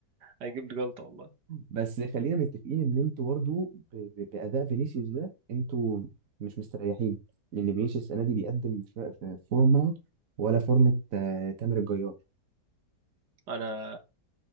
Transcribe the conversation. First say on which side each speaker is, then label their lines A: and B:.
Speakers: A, on the right; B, on the right.
A: هيجيب لي جلطه والله
B: بس خلينا متفقين ان انتوا برضو ب- ب- باداء فينيسيوس ده انتوا مش مستريحين لان فينيسيوس السنه دي بيقدم ف- ف- فورمه ولا فورمه آه، تامر الجيار
A: انا